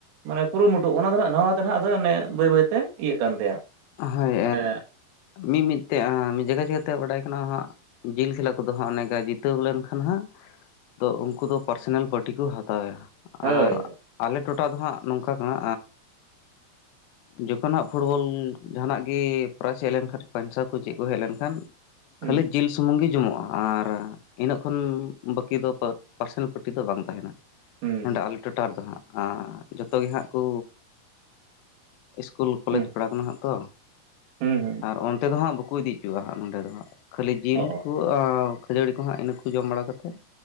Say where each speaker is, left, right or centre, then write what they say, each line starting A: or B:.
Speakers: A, on the right; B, on the left.
A: ᱢᱟᱱᱮ ᱠᱩᱲᱩᱢᱩᱴᱩ ᱛᱚ ᱚᱱᱟ ᱫᱚ ᱜ ᱱᱟᱣᱟ ᱛᱮᱜᱫᱚ ᱚᱱᱮ ᱵᱟᱹᱭ ᱵᱟᱹᱭᱛᱮ ᱤᱭᱟᱹᱜ ᱠᱟᱱ ᱛᱟᱭᱟ
B: ᱦᱳᱭ
A: ᱦᱮᱸ
B: ᱢᱤᱢᱤᱫ ᱢᱤᱫ ᱡᱟᱭᱜᱟ ᱪᱮᱠᱟᱛᱮ ᱵᱟᱰᱟᱭ ᱠᱟᱱᱟ ᱦᱟᱸᱜ ᱡᱤᱞ ᱠᱷᱮᱞᱟ ᱠᱚᱫᱚ ᱦᱟᱸᱜ ᱚᱱᱮᱠᱟ ᱡᱤᱛᱟᱹᱣ ᱞᱮᱱᱠᱷᱟᱱ ᱦᱟᱸᱜ ᱫᱚ ᱩᱱᱠᱩ ᱫᱚ ᱯᱟᱨᱥᱚᱱᱟᱞ ᱯᱟᱴᱤ ᱠᱚ ᱦᱟᱛᱟᱣᱟ
A: ᱦᱳᱭ
B: ᱟᱨ ᱟ ᱟ ᱴᱚᱴᱷᱟ ᱫᱚ ᱦᱟᱸᱜ ᱱᱚᱝᱠᱟ ᱠᱟᱱᱟ ᱡᱚᱠᱷᱚᱱ ᱦᱟᱸᱜ ᱯᱷᱩᱴᱵᱚᱞ ᱡᱟᱦᱱᱟᱜ ᱜᱮ ᱯᱨᱟᱭᱮᱥ ᱦᱮᱡ ᱞᱮᱱᱠᱷᱟᱱ ᱯᱟᱭᱥᱟ ᱠᱚ ᱪᱮᱫ ᱠᱚ ᱦᱮᱡ ᱞᱮᱱ ᱠᱷᱟᱱ
A: ᱦᱩᱸ
B: ᱠᱷᱟᱹᱞᱤ ᱡᱤᱞ ᱥᱩᱢᱩᱝ ᱜᱮ ᱡᱚᱢᱚᱜᱼᱟ ᱟᱨ ᱤᱱᱟᱹᱜ ᱠᱷᱚᱱ ᱵᱟᱹᱠᱤ ᱫᱚ ᱯᱟᱨᱥᱮᱱ ᱯᱟᱴᱤ ᱫᱚ ᱵᱟᱝ ᱛᱟᱦᱮᱱᱟ
A: ᱦᱩᱸ
B: ᱱᱚᱸᱰᱮ
A: ᱦᱩᱸ
B: ᱟᱞᱮ ᱴᱚᱴᱷᱟ ᱨᱮᱫᱚ ᱦᱟᱸᱜ ᱡᱚᱛᱚ ᱜᱮ ᱦᱟᱸᱜ ᱠᱚ ᱤᱥᱠᱩᱞ ᱠᱚᱞᱮᱡᱽ
A: ᱦᱩᱸ
B: <unintelligible> ᱠᱟᱱᱟ ᱦᱟᱸᱜ ᱛᱚ
A: ᱦᱩᱸ ᱦᱩᱸ
B: ᱟᱨ ᱚᱱᱛᱮ ᱫᱚ ᱦᱟᱸᱜ ᱵᱟ ᱠᱚ ᱤᱫᱤ ᱚᱪᱚᱣᱟᱜᱼᱟ ᱦᱟᱸᱜ ᱱᱚᱸᱰᱮ ᱫᱚ ᱦᱟᱸᱜ ᱠᱷᱟᱹᱞᱤ ᱡᱤᱞ
A: ᱚ
B: ᱠᱚ ᱠᱷᱟᱹᱡᱟᱹᱲᱤ ᱠᱚ ᱦᱟᱸᱜ ᱤᱱᱟᱹᱠᱚ ᱡᱚᱢ ᱵᱟᱲᱟ ᱠᱟᱛᱮᱫ